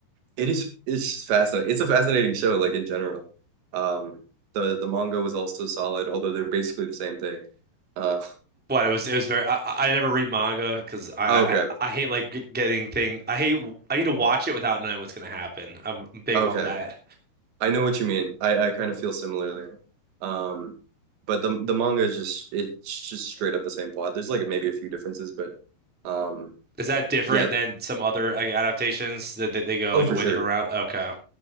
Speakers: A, on the right (about 85°); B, in the centre.
A: it is it's fascinating it's a fascinating show like in general um the the manga was also solid although they're basically the same thing uh
B: But it was it was very I, I I never read manga because
A: <laughs>
B: I, I
A: okay
B: I hate like g- getting thing I hate I need to watch it without knowing what's gonna happen. I'm big
A: Okay.
B: on that.
A: I know what you mean. I, I kind of feel similarly. Um, but the the manga is just it's just straight up the same plot. There's like maybe a few differences, but um
B: Is that different
A: yeah,
B: than some other like, adaptations that, that they go like
A: oh for
B: a way
A: sure.
B: different route? Okay.